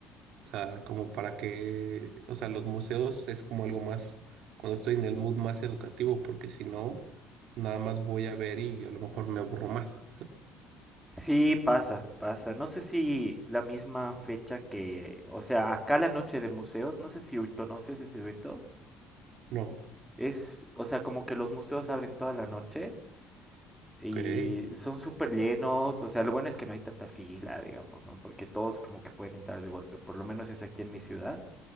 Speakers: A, on the right; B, in the centre.
A: O sea, como para que, o sea, los museos es como algo más, cuando estoy en el mood más educativo, porque si no, nada más voy a ver y a lo mejor me aburro más.
B: Sí, pasa, pasa. No sé si la misma fecha que, o sea, acá la noche de museos, no sé si conoces ese evento.
A: No,
B: Es, o sea, como que los museos abren toda la noche Y
A: ok.
B: son súper llenos, o sea, lo bueno es que no hay tanta fila, digamos, ¿no? Porque todos como que pueden entrar de golpe, por lo menos es aquí en mi ciudad,